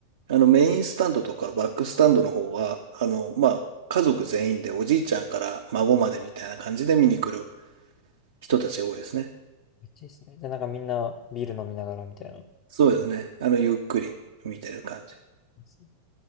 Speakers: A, on the right; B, on the left.
A: あの、メインスタンドとかバックスタンドの方は、あの、まあ、家族全員でおじいちゃんから孫までみたいな感じで見に来る人たちが多いですね。
B: めっちゃいいですね。じゃあなんかみんなビール飲みながらみたいな。で
A: そうですね。あの、ゆっくり見てる感じ。
B: すね